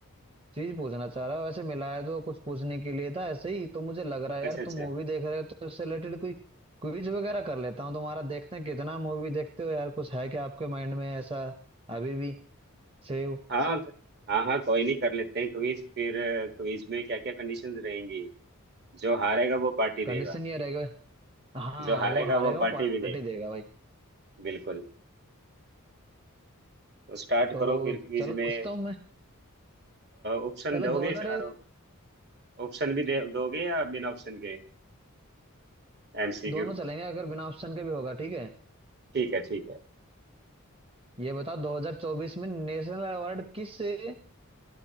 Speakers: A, on the right; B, on the right.
A: चीज पूछना चाह रहा हूँ वैसे मिला है तो कुछ पूछने के लिए था ऐसे ही तो मुझे लग रहा है
B: अच्छा
A: यार
B: अच्छा
A: तुम मूवी देख रहे हो तो इससे रिलेटेड कोई क्विज वगैरह कर लेता हूँ तुम्हारा देखते हैं कितना मूवी देखते हो यार कुछ है क्या आपके माइंड में ऐसा अभी भी सेव
B: हाँ हाँ हाँ कोई नहीं कर लेते हैं क्विज फिर क्विज में क्या क्या कंडीशंस रहेंगी जो हारेगा वो पार्टी
A: कंडीशन
B: देगा
A: ये रहेगा हाँ
B: जो हारेगा
A: वो हारे
B: वो
A: हो
B: पार्टी
A: पार्टी
B: भी दे
A: देगा भाई
B: बिल्कुल तो स्टार्ट
A: तो
B: करो फिर क्विज
A: चलो
B: में
A: पूछता हूँ मैं
B: ऑप्शन
A: चलो
B: दोगे
A: दो हजार
B: चारों ऑप्शन भी दे दोगे या बिना ऑप्शन के एमसीक्यू
A: दोनों चलेंगे अगर बिना ऑप्शन के भी होगा ठीक है
B: ठीक है ठीक है
A: ये बताओ 2024 में नेशनल अवार्ड किस एक्टर